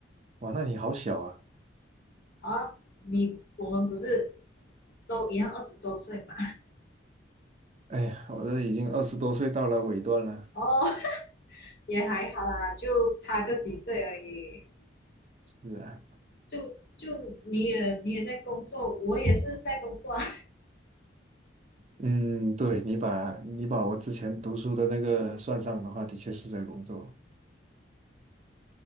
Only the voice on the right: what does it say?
哇，那你好小啊！
哎呀，我都已经二十多岁到了尾端了。
是啊，
嗯，对，你把你把我之前读书的那个算上的话，的确是在工作。